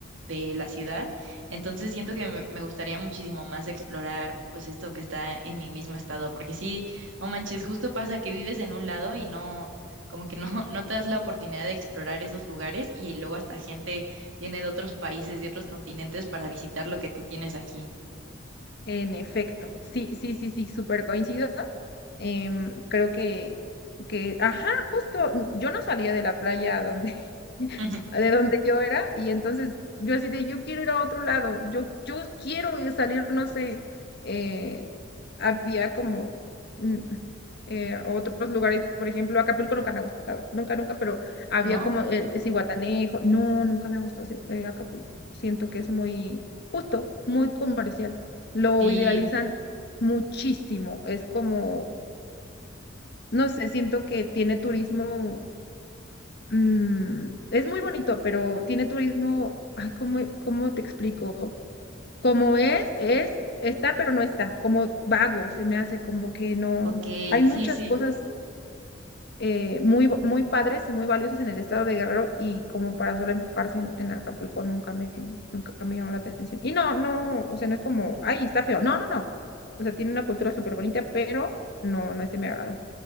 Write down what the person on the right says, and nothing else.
de la ciudad entonces siento que me me gustaría muchísimo más explorar pues esto que está en mi mismo estado, porque sí, no manches, justo pasa que vives en un lado y no, como que no, <laughs> no te das la oportunidad de explorar esos lugares y luego hasta gente viene de otros países, de otros continentes para visitar lo que tú tienes aquí,
<laughs>
¿no?
Sí,
ok,
sí,
sí,